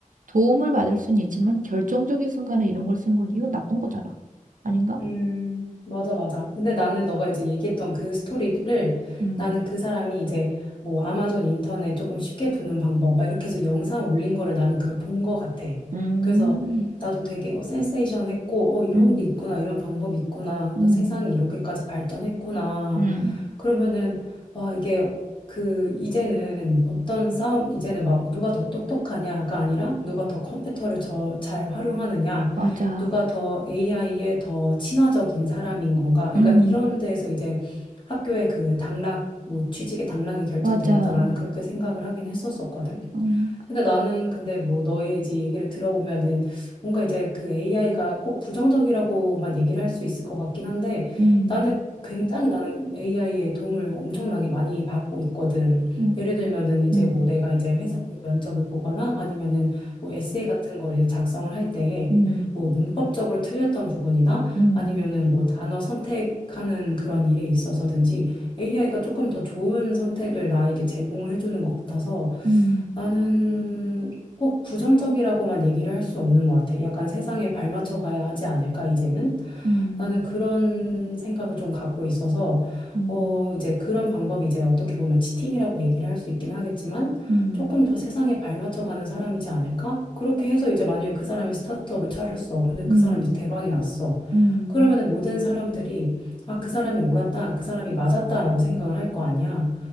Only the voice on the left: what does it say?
음, 맞아, 맞아. 근데 나는 너가 이제 얘기했던 그 스토리를
나는 그 사람이 이제 뭐 아마존 인터넷 조금 쉽게 붙는 방법 막 이렇게 해서 영상 올린 거를 나는 그걸 본 거 같아.
그래서 나도 되게 어, 센세이션 했고, 어, 이런
게 있구나, 이런 방법이 있구나. 그래서
세상이 이렇게까지 발전했구나.
그러면은, 와, 이게 어, 그, 이제는 어떤 싸움, 이제는 막 누가 더 똑똑하냐가 아니라 누가 더 컴퓨터를 저, 잘 활용하느냐.
누가 더 AI에 더 친화적인 사람인 건가? 그러니까
이런 데에서 이제 학교의 그 당락, 뭐 취직의 당락이 결정되겠다.
나는 그렇게 생각을 하긴 했었었거든.
근데 나는 근데 뭐 너의 이제 얘기를 들어보면은 뭔가 이제 그 AI가 꼭 부정적이라고만 얘기를 할 수 있을 것 같긴 한데
나는 굉장히 나는 AI의 도움을 엄청나게 많이 받고 있거든.
예를 들면은 이제
뭐 내가 이제 회사에 면접을 보거나 아니면은 뭐 에세이 같은 걸 이제 작성을 할 때에
뭐 문법적으로 틀렸던 부분이나
아니면은
뭐 단어 선택하는 그런 일에 있어서든지 AI가 조금 더 좋은 선택을 나에게 제공을 해주는 것 같아서
나는 꼭 부정적이라고만 얘기를 할 수 없는 것 같아. 약간 세상에 발맞춰 가야 하지 않을까, 이제는?
나는 그런 생각을 좀 갖고 있어서,
어, 이제 그런 방법이 이제 어떻게 보면 치팅이라고 얘기를 할 수 있긴 하겠지만,
조금 더 세상에 발맞춰 가는 사람이지 않을까? 그렇게 해서 이제 만약에 그 사람이 스타트업을 차렸어. 근데
그 사람이 이제 대박이 났어.
그러면은 모든 사람들이 아, 그 사람이 옳았다, 그 사람이 맞았다라고 생각을 할 거 아니야.